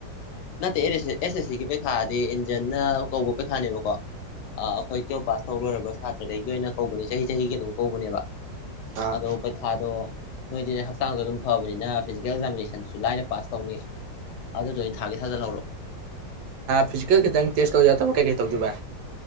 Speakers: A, on the left; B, on the right.
A: ꯅꯠꯇꯦ ꯑꯦꯁ ꯑꯦꯁ ꯁꯤꯒꯤ ꯄꯩꯈꯥꯗꯤ ꯏꯟꯖꯟꯅ ꯀꯧꯕ ꯄꯩꯈꯥꯅꯦꯕꯀꯣ ꯑꯩꯈꯣꯏ ꯇꯨꯋꯦꯜ ꯄꯥꯁ ꯇꯧ ꯂꯣꯏꯔꯕ ꯁꯥꯇ꯭ꯔꯈꯩꯒꯤ ꯑꯣꯏꯅ ꯀꯧꯕꯅꯦ ꯆꯍꯤ ꯆꯍꯤꯒꯤ ꯑꯗꯨꯝ ꯀꯧꯕꯅꯦꯕ
B: ꯑꯥ
A: ꯑꯗꯣ ꯁꯥꯗꯣ ꯅꯣꯏꯗꯤ ꯍꯛꯆꯥꯡꯗ ꯑꯗꯨꯝ ꯐꯕꯅꯤꯅ ꯐꯤꯖꯤꯀꯦꯜ ꯑꯦꯛꯖꯥꯃꯤꯅꯦꯁꯟꯗꯨꯁꯨ ꯂꯥꯏꯅ ꯄꯥꯁ ꯇꯧꯅꯤ ꯑꯗꯨꯗꯣ ꯑꯣꯏ ꯊꯥꯒꯦ ꯊꯥꯖꯤꯜꯍꯧꯔꯣ
B: ꯐꯤꯖꯤꯀꯦꯜ ꯈꯤꯇꯪ ꯇꯦꯁ ꯇꯧ ꯌꯥꯗꯕ ꯀꯩ ꯀꯩ ꯇꯧꯗꯣꯏꯕ